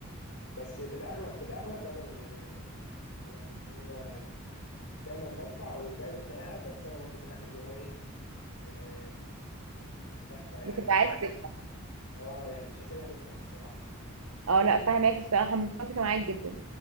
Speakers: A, on the left; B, on the right.
A: بس في الاغلب في الاغلب انا اللي يعني اللي هو دايما بدفع ودايما خناقه بس انا برضو في الاخر اللي هو ايه آه بدفع يعني
B: بتبقى
A: مش
B: عايز تدفع
A: اه يعني مش هسيبها تدفع الصراحة
B: اه لا فاهماك الصراحه متفقه معاك جدا